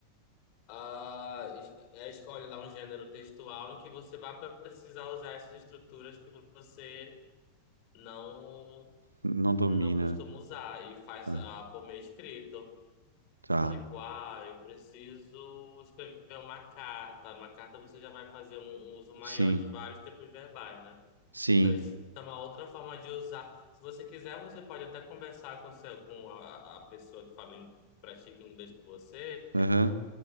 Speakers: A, on the left (about 45°); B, on the right (about 80°).
A: Ah, es- é, escolhe lá um gênero textual em que você vai precisar usar essas estruturas que você não.
B: Não domina.
A: Não costumo usar e faz
B: Tá,
A: ah, por meio escrito.
B: tá.
A: Tipo, ah, eu preciso escrever uma carta. Uma carta você já vai fazer um, um uso maior
B: Sim,
A: de vários tempos verbais, né?
B: sim.
A: Então isso é uma outra forma de usar. Se você quiser, você pode até conversar com, seu, com a, a pessoa que fala, em- que pratica inglês com você
B: Aham,